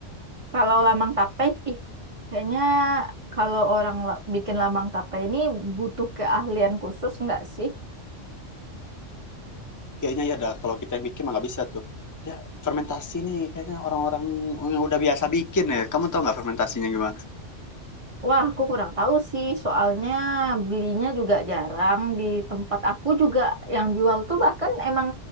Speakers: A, on the right (about 30°); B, on the left (about 25°).
A: Kalau lamang tape, ih, kayaknya kalau orang la- bikin lamang tape ini butuh keahlian khusus nggak sih?
B: kayaknya ya dah kalau kita yang bikin mah nggak bisa tuh dia fermentasi nih kayaknya orang-orang yang udah biasa bikin ya kamu tau nggak fermentasinya gimana
A: Wah, aku kurang tahu sih, soalnya belinya juga jarang. Di tempat aku juga yang jual tuh bahkan emang